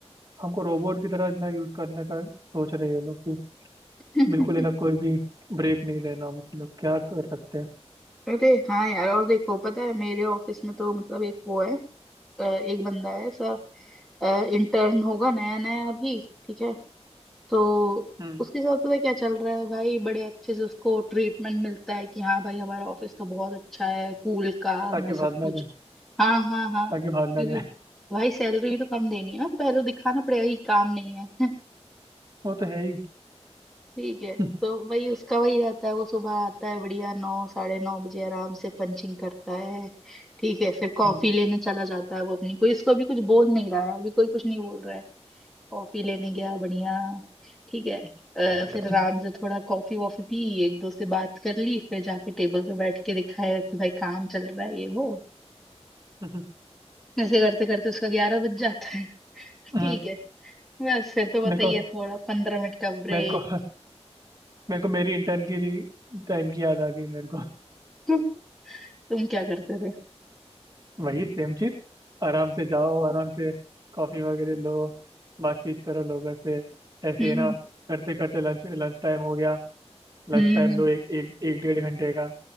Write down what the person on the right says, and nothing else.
हमको रोबोट की तरह ना यूज करने का सोच रहे हैं ये लोग कि
बिल्कुल है ना कोई भी ब्रेक नहीं देना हम लोग क्या कर सकते हैं
हम्म,
ताकि
भागना
जाए
ताकि भागना
जाए
वो तो है ही
<laughs>
हम्म,
हम्म,
हम्म,
हम्म,
मेरे को
मेरे को मेरे को मेरी इंटर्न की टाइम की याद आ गई मेरे को
<laughs> वही सेम चीज आराम से जाओ आराम से कॉफी वगैरह लो बातचीत करो लोगों से ऐसे
ही ना करते करते लंच लंच टाइम हो गया लंच
टाइम
लो एक एक एक डेढ़ घंटे का